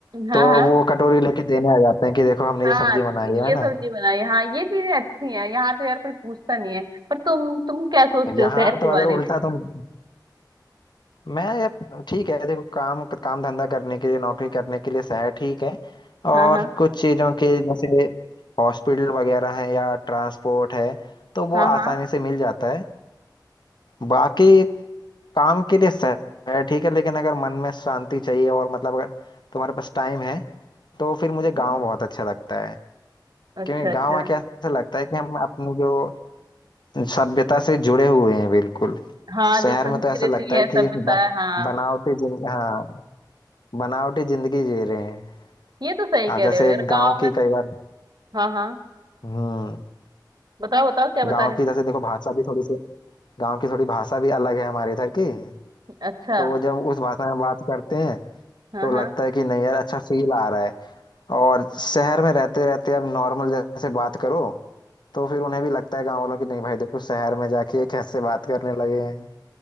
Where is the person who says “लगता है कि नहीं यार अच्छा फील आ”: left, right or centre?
Left